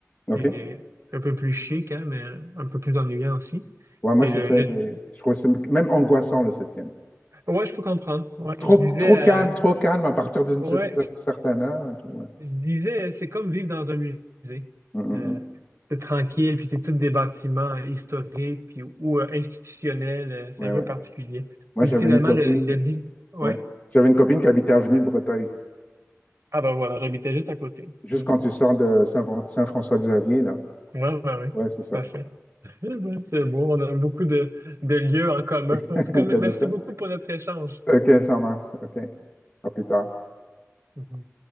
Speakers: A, on the left; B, on the right.
A: OK?
B: qui est un peu plus chic, hein, mais un peu plus ennuyant aussi.
A: Ouais, moi,
B: Et
A: c'est,
B: le,
A: Et-
B: le-
A: c'est- je trouve que c'est même angoissant, le septième.
B: Ouais, je peux comprendre. Ouais,
A: Trop,
B: je disais,
A: trop
B: euh,
A: calme, trop calme à partir d'une
B: ouais,
A: cer- certaine heure et tout. Ouais.
B: je disais, c'est comme vivre dans un musée.
A: Mm, mm,
B: Euh,
A: mm.
B: c'est tranquille, puis c'est tous des bâtiments historiques puis, ou euh, institutionnels. euh, c'est
A: Ouais,
B: un peu
A: ouais, ouais.
B: particulier.
A: Moi,
B: Puis
A: j'avais
B: finalement,
A: une copine.
B: le, le dit... Ouais.
A: Ouais. ouais. J'avais une copine qui habitait avenue de Breteuil.
B: Ah ben voilà, j'habitais juste à côté.
A: Juste
B: Mm.
A: quand tu sors de Saint- Saint-François-Xavier, là.
B: Ouais, ouais, ouais.
A: Ouais, c'est ça.
B: Tout à fait. Eh ben, C'est beau, on a beaucoup de, de lieux en commun.
A: <laughs>
B: En tout cas, m-
A: T'as vu
B: merci
A: ça?
B: beaucoup pour notre échange.
A: OK, ça marche. OK. À plus tard.
B: Mhm.